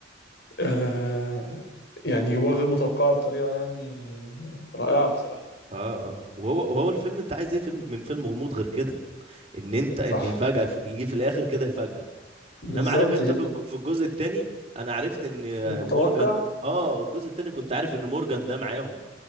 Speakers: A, on the left; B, on the right.
A: آه يعني يبقوا غير متوقعه بطريقه يعني رائعه بصراحه
B: اه اه وهو وهو الفيلم انت عايز ايه فيلم من فيلم غموض غير كده ان انت ان
A: صح
B: يفاجئك يجي في الاخر كده يفاجئك
A: بالظبط
B: انما عارف انت
A: كده
B: في الج- في الجزء التاني انا عرفت ان
A: متوقع
B: مورجان اه الجزء التاني كنت عارف ان مورجان ده معاهم